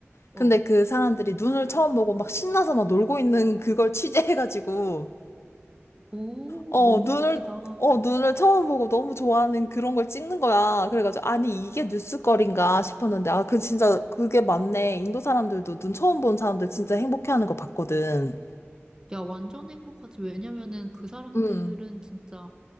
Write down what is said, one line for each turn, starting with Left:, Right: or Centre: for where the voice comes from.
Left: 근데
Right: 어.
Left: 그 사람들이 눈을 처음 보고 막 신나서 막 놀고 있는 그걸 취재해가지고,
Right: 오,
Left: 어,
Right: 너무
Left: 눈을,
Right: 웃기다.
Left: 어, 눈을 처음 보고 너무 좋아하는 그런 걸 찍는 거야. 그래가지고, 아니, 이게 뉴스거리인가 싶었는데, 아, 그 진짜 그게 맞네. 인도 사람들도 눈 처음 본 사람들 진짜 행복해하는 거 봤거든.
Right: 야, 완전 행복하지. 왜냐면은 그 사람들은
Left: 음,
Right: 진짜